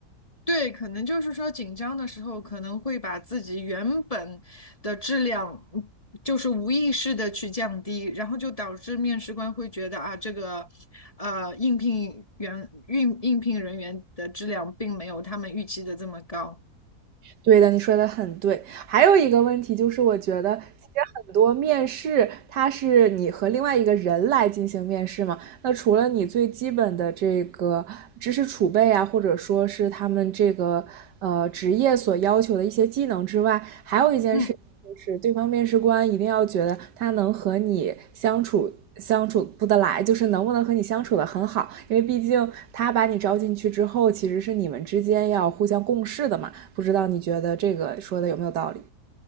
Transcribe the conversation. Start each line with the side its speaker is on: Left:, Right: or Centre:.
Left: 对，可能就是说紧张的时候，可能会把自己原本的质量，嗯就是无意识的去降低，然后就导致面试官会觉得啊，这个呃应聘员应应聘人员的质量并没有他们预期的这么高。
Right: 对的，你说的很对。还有一个问题就是，我觉得其实很多面试，它是你和另外一个人来进行面试嘛。那除了你最基本的这个知识储备啊，或者说是他们这个呃职业所要求的一些技能之外，还有一件事就是对方面试官一定要觉得他能和你相处。
Left: 嗯。
Right: 相处不得来，就是能不能和你相处的很好，因为毕竟他把你招进去之后，其实是你们之间要互相共事的嘛。不知道你觉得这个说的有没有道理？